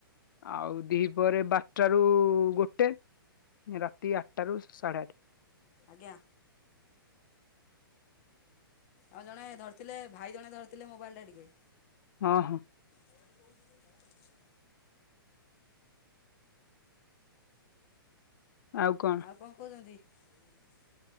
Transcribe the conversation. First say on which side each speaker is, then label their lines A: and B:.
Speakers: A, on the left; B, on the left.
A: ଆଉ ଦିହି ପରେ ବାରଟାରୁ-ଉ-ଉ-ଉ ଗୋଟେ। ରାତି ଆଠଟାରୁ ସାଢ଼େ ଆଠ।
B: ଆଜ୍ଞା। ଆଉ ଜଣେ ଧରିଥିଲେ ଭାଇ ଜଣେ ଧରିଥିଲେ ମୋବାଇଲ ଟା ଟିକେ
A: ହଁ ହଁ।
B: କାଇ କହୁଥିଲୁ ନହେଲେ ନାହିଁ।
A: ଆଉ କଣ?
B: କଣ କହୁଛନ୍ତି? ଏବଂ <inaudible>